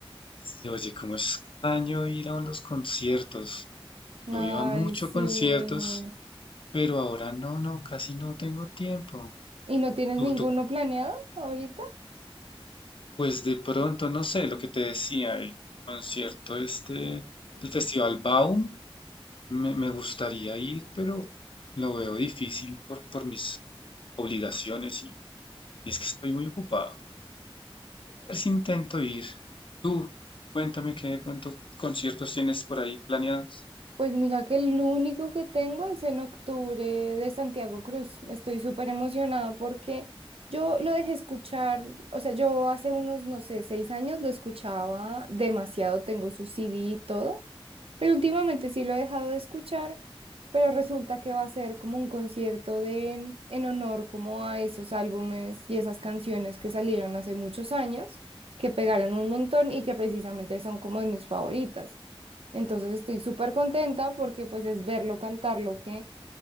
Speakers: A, on the left (about 60°); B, on the right (about 75°).
A: Sí, oye, cómo extraño ir a los conciertos.
B: Ay,
A: Yo iba mucho
B: sí.
A: a conciertos, pero ahora no, no, casi no tengo tiempo.
B: ¿Y no tienes
A: Tú,
B: ninguno
A: tú,
B: planeado ahorita?
A: pues de pronto, no sé, lo que te decía, el concierto este, el Festival Baum, Me, me gustaría ir, pero lo veo difícil por, por mis obligaciones y, y es que estoy muy ocupado. A ver si intento ir. Tú, cuéntame qué de pronto conciertos tienes por ahí planeados.
B: Pues mira que el único que tengo es en octubre de Santiago Cruz. Estoy súper emocionada porque yo lo dejé escuchar, o sea, yo hace unos, no sé, seis años lo escuchaba demasiado, tengo su CD y todo, pero últimamente sí lo he dejado de escuchar, pero resulta que va a ser como un concierto de, en honor como a esos álbumes y esas canciones que salieron hace muchos años, que pegaron un montón y que precisamente son como de mis favoritas. Entonces estoy súper contenta porque pues es verlo cantar lo que